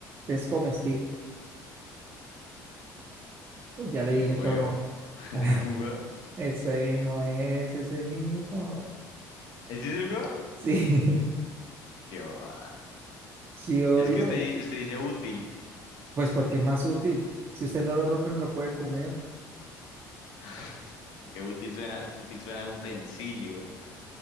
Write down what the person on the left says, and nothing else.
el
huevo.
<laughs>
¿Un huevo?
¿Este es el huevo?
Qué va.
Es que usted, usted dice útil.
<laughs> Qué útil suena, útil suena un utensilio.